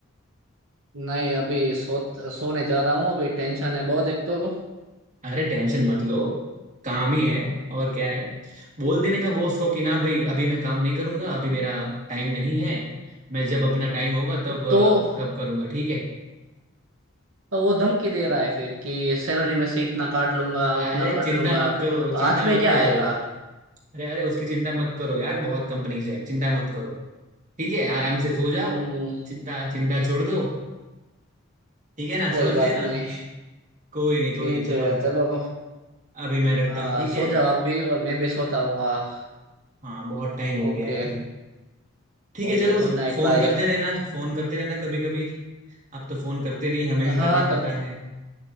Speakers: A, on the right; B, on the right.
A: नहीं अभी सो सोने जा रहा हूँ अभी टेंशन है बहुत एक तो
B: अरे टेंशन मत लो काम ही है और क्या है बोल देने का बॉस को कि ना भाई अभी मैं काम नहीं करूंगा अभी मेरा टाइम नहीं है मैं जब अपना टाइम होगा तब
A: तो
B: तब करूंगा ठीक है
A: तो वो धमकी दे रहा है फिर कि सैलरी में से इतना काट लूंगा उतना
B: अरे
A: काट
B: चिंता
A: लूंगा
B: मत करो
A: तो हाथ
B: चिंता
A: में
B: मत
A: क्या
B: करो
A: आएगा
B: अरे अरे उसकी चिंता मत करो यार बहुत कंपनीज है चिंता मत करो ठीक है आराम से सो जाओ
A: हम्म
B: चिंता चिंता छोड़ दो ठीक है ना
A: कोई
B: समझ गए
A: बात
B: ना
A: नहीं
B: कोई नहीं कोई
A: ठीक
B: नहीं चलो
A: है चलो
B: अभी मैं रखता
A: हाँ
B: हूँ ठीक
A: सो
B: है
A: जाओ आप भी और मैं भी सोता हूँ हाँ
B: हाँ बहुत टाइम हो
A: okay
B: गया है अभी ठीक है
A: Okay
B: चलो
A: good night
B: फोन
A: bye
B: करते रहना फोन करते रहना कभी कभी आप तो फोन करते नहीं हमें
A: हाँ
B: ही करना
A: हाँ,
B: पड़ता
A: कर
B: है